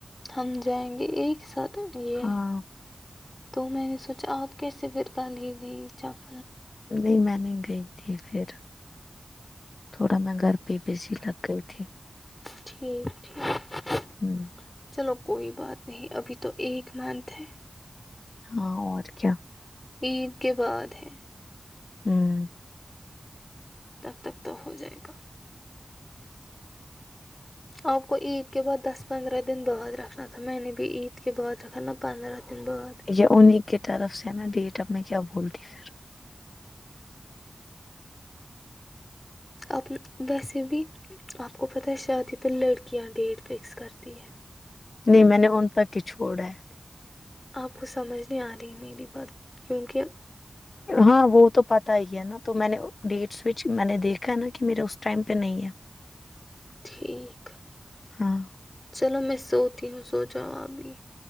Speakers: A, on the left; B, on the left.
A: ہم جائیں گے ایک ساتھ یہ
B: ہاں
A: تو میں نے سوچا آپ کیسے پھرکا لیی گئی چپ
B: نہیں میں نہیں گئی تھی پھر تھوڑا میں گھر پہ بزی لگ گئی تھی
A: ٹھیک ٹھیک
B: ہوں
A: چلو کوئی بات نہیں ابھی تو ایک مانت ہے
B: ہاں اور کیا
A: عید کے بعد ہے
B: ہوں
A: ٹک تٹک تو ہو جائے گا آپ کو عید کے بعد دس پندرہ دن بعد رکھنا تھا میں نے بھی عید کے بعد رکھا نہ پندرہ دن بعد
B: یہ انہیں کی طرف سے نا د تب میں کیا بولتی پھر
A: ا ویسے بھی آپ کو پت ہے شادی پہ لڑکیاں ڈیٹ فکس کرتی ہے
B: نہیں میں نے ان تک ہی چھوڑا ہے
A: آپ کو سمجھ نہیں آ رہی میری بات کیونکہ
B: ہاں وہ تو پتا ہی ہے نا تو میں نے ڈیٹس میں نے دیکھ نا کہ میرا اس ٹائم پہ نہیں ہے
A: ٹھیک
B: ہاں
A: چلو میں سوتی ہوں سو جوابی